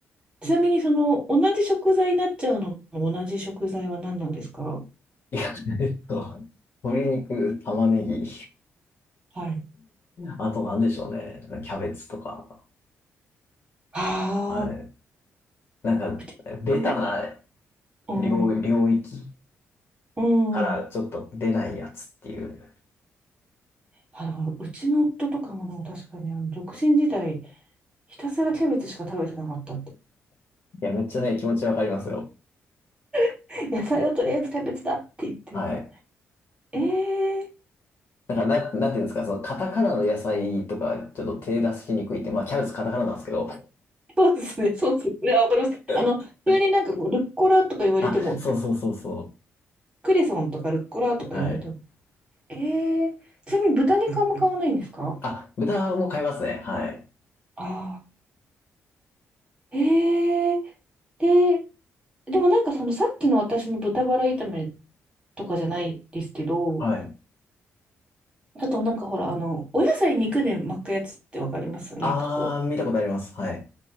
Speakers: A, on the right (about 20°); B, on the left (about 50°).
A: ちなみにその同じ食材になっちゃうのも同じ食材は何なんですか
B: い。いや、えっと、鶏肉、玉ねぎ、
A: はい。
B: あと何でしょうね。キャベツとか。
A: ああ、
B: はい。なんか、
A: うちの、
B: ベタな
A: うん、
B: 領、領域
A: うん。
B: からちょっと出ないやつっていう。
A: あの、うちの夫とかもでも確かにあの独身時代、ひたすらキャベツしか食べてなかったって。
B: いや、めっちゃね、気持ちわかりますよ。
A: <laughs> 野菜をとりあえずキャベツだって言って。
B: はい。
A: ええー
B: なんか、な、なんていうんですか、その、カタカナの野菜とか、ちょっと手出しにくいって、まあ、キャベツカタカナなんですけど。
A: そうですね、そうですね。いやわかります。
B: <laughs>
A: あの、急になんかこうルッコラとか言われても、
B: あ、そうそうそうそ
A: クレソンとかルッコラとか言われても
B: う。はい。
A: ええ、ちなみに豚肉あんま買わないんですか
B: あ、豚も買いますね。はい。
A: ああ、ええで、でもなんかそのさっきの私の豚バラ炒めとかじゃないですけど、
B: はい。
A: あとなんかほら、あの、お野菜肉で巻くやつってわかりますなんかこう、
B: あー、見たことあります。はい。